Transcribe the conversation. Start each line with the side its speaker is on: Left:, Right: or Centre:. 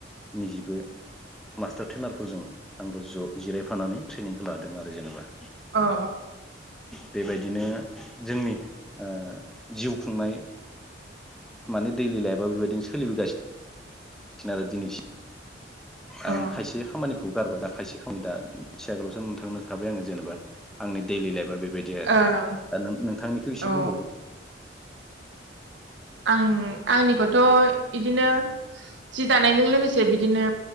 Centre: निजिबो मास्टार ट्रेनारफोरजों आंबो ज' जिरायफानानै ट्रेनिंखौ लादों आरो जेनेबा।
Right: अ
Centre: बेबायदिनो जोंनि ओ जिउ खुंनाय माने दैलि लाइफा बेबायदिनो सोलिबोगासिनो। सिनो आरोरो दिनैसि
Right: अ
Centre: आं खायसे खामानि <unintelligible> खायसे दा एसे आगोलावसो नोंथांनो खोथाबाय आङो जेनेबा आंनि दैलि लाइफा बे बेबायदि
Right: ओं
Centre: आरो दा नों नोंथांनिखौ इसे
Right: औ
Centre: बुंबावदो।
Right: आं आंनिखौ थ' इदिनो। जि दानायजों लोगोसे बिदिनो